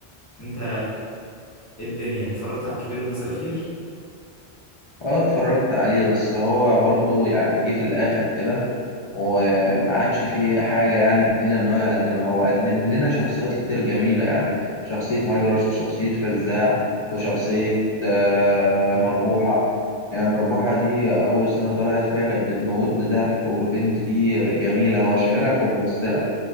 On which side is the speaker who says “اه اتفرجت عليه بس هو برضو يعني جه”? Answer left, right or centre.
Left